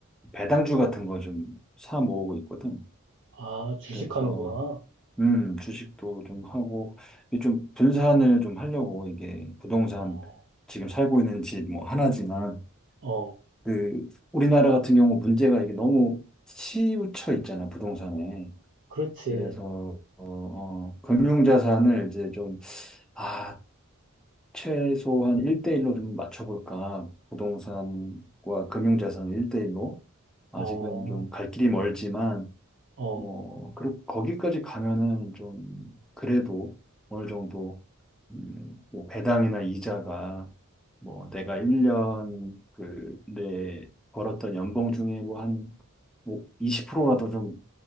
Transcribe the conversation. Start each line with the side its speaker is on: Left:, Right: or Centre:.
Centre: 배당주 같은 거 좀 사 모으고 있거든.
Right: 아, 주식하는구나.
Centre: 그래서, 음, 주식도 좀 하고, 이게 좀 분산을 좀 하려고, 이게 부동산,
Right: 어,
Centre: 지금 살고 있는 집 뭐 하나지만,
Right: 어,
Centre: 그, 우리나라 같은 경우 문제가 이게 너무 치우쳐 있잖아, 부동산에.
Right: 그렇지.
Centre: 그래서 어, 어, 금융자산을 이제 좀, 아, 최소한 1대1로 좀 맞춰볼까. 부동산과 금융자산 1대1로. 아직은
Right: 어,
Centre: 좀 갈 길이 멀지만,
Right: 어.
Centre: 뭐, 그, 거기까지 가면은 좀, 그래도 어느 정도, 음, 뭐 배당이나 이자가, 뭐, 내가 1년, 그, 내 벌었던 연봉 중에 뭐 한, 뭐, 20%라도 좀,